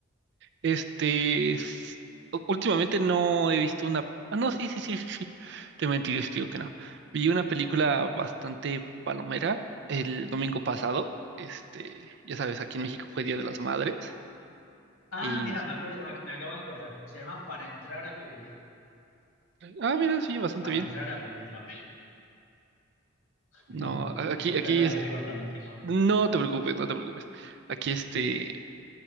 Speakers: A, on the right; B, on the left.
A: Este, es- u- últimamente no he visto una... Ah, no, sí, sí, sí, sí. sí. Te mentiré, si te digo que no. Vi una película bastante palomera el domingo pasado. Este, ya sabes, aquí en México fue Día de las Madres.
B: Ah,
A: Y...
B: mira, me acuerdo, me acabo de acordar. Se llama Para entrar a vivir.
A: Ah, mira, sí, bastante
B: Para
A: bien.
B: entrar a vivir la peli.
A: No,
B: <laughs>
A: a- aquí, aquí
B: Perdona
A: es.
B: que te corta, continúa.
A: No te preocupes, no te preocupes. Aquí este.